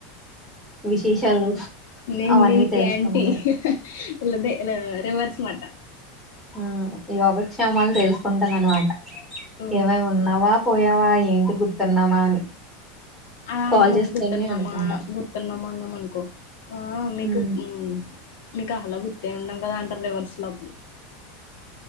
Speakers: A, in the centre; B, on the left.
A: విశేషాలు
B: ఏమి
A: అవన్నీ
B: నీకేంటి
A: తెలుసుకునేది
B: లదే రివర్స్ మాట
A: ఆ యోగక్షేమాలు తెలుసుకుంటద అనమాట.
B: ఓ
A: ఏమేమి ఉన్నవా పోయావా, ఏంటి గుర్తున్నామా అని.
B: ఆ
A: కాల్
B: న అమకు
A: చేస్తూనే
B: గుర్తున్నామా
A: అనుకుంటా
B: గుర్తున్నామన్నం అనుకో ఆ మీకు
A: ఉమ్,
B: ఉ మీకు అహ్లా గుర్తే ఉండం కదా అంటరు రివర్స్ లో అప్పుడు